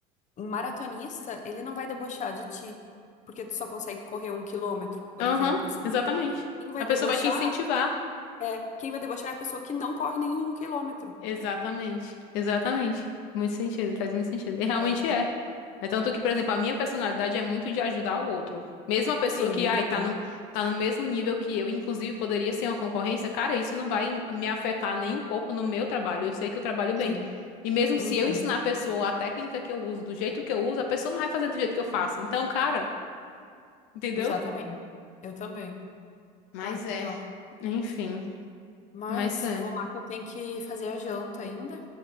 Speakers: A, on the left (about 45°); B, on the left (about 80°).
A: um maratonista, ele não vai debochar de ti, porque tu só consegue correr um quilômetro, por
B: Aham,
A: exemplo, sabe?
B: exatamente.
A: Quem vai
B: A pessoa
A: debochar
B: vai te incentivar.
A: é, quem vai debochar é a pessoa que não corre nenhum um quilômetro.
B: Exatamente, exatamente. Muito sentido, faz muito sentido. E realmente
A: É.
B: é. É tanto que, por exemplo, a minha personalidade é muito de ajudar o outro. Mesmo a pessoa
A: Sim,
B: que,
A: eu
B: ai,
A: também.
B: tá no, tá no mesmo nível que eu, inclusive poderia ser uma concorrência, cara, isso não vai me afetar nem um pouco no meu trabalho. Eu sei que eu trabalho bem.
A: Sim.
B: E mesmo
A: Uhum.
B: se eu ensinar a pessoa a técnica que eu uso, do jeito que eu uso, a pessoa não vai fazer do jeito que eu faço. Então, cara, entendeu?
A: Exatamente. Eu também.
B: Mas
A: Ai, que
B: é,
A: legal.
B: enfim,
A: Mas
B: mas é.
A: vou lá que eu tenho que fazer a janta ainda.